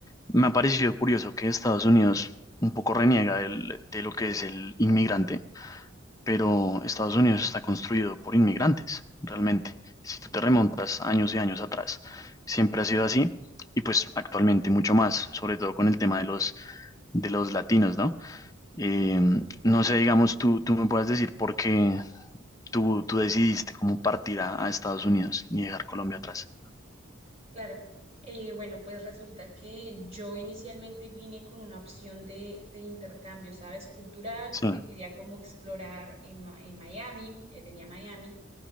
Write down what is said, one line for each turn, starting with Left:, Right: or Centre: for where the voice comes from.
Left: me ha parecido curioso que Estados Unidos un poco reniega del- de lo que es el inmigrante pero Estados Unidos está construido por inmigrantes, realmente. Si tú te remontas años y años atrás, siempre ha sido así y pues actualmente mucho más, sobre todo con el tema de los, de los latinos, ¿no? Eh, no sé, digamos, tú, tú me puedas decir por qué tú, tú decidiste cómo partir a, a Estados Unidos y dejar Colombia atrás.
Right: Claro, eh, bueno, pues resulta que yo inicialmente vine con una opción de, de intercambio, ¿sabes? Cultural,
Left: Sí,
Right: porque quería como explorar en, Ma- en Miami, eh, venía a Miami